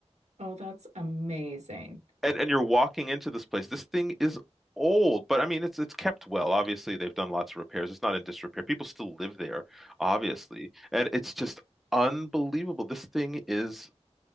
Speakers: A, on the right; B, in the centre.
A: Oh, that's amazing.
B: And and you're walking into this place. This thing is old, but I mean it's it's kept well. Obviously, they've done lots of repairs. It's not in disrepair. People still live there, obviously. And it's just unbelievable. This thing is